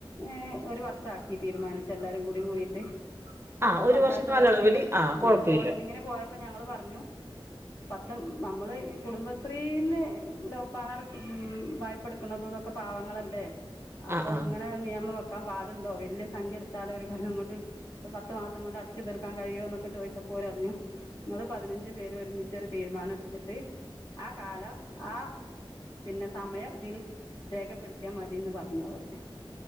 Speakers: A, on the left; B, on the right.
A: ഏ ഒരു വർഷാക്കി തീരുമാനിച്ച് എല്ലാരും കൂടിയും കൂടിയിട്ട്
B: ആ
A: അപ്പൊ
B: ഒരു
A: പഞ്ചായത്ത്
B: വർഷ കാലയളവില്
A: ഓഡിറ്റിങ്ങിന്
B: ആ
A: ഉം
B: കുഴപ്പമില്ല.
A: ഓഡിറ്റിങ്ങിന് പോയപ്പോ ഞങ്ങള് പറഞ്ഞു പത്ത നമ്മള് കുടുംബശ്രീന്ന് ലൊ പാനർ ഉ വായ്പ എടുക്കുന്നതന്നൊക്കെ പാവങ്ങളല്ലേ അപ്പൊ
B: ആ, ആ,
A: ഇങ്ങനെ നിയമം വെക്കാൻ പാടുണ്ടോ വല്യ സംഖ്യ എടുത്താല ഒരു കാരണം കൊണ്ട് ഒരു പത്ത് മാസം കൊണ്ട് അടച്ച് തീർക്കാൻ കഴിയോ എന്നൊക്കെ ചോദിച്ചപ്പോര് പറഞ്ഞു നിങ്ങള്ൾ പതിനഞ്ച് പേര് ഒരുമി ച്ച് ഒരു തീരുമാനം എടുത്തിട്ട് ആ കാല ആ പിന്നെ സമയം ഇതിൽ രേഖപ്പെടുത്തിയാൽ മതിന്ന് പറഞ്ഞു അവര്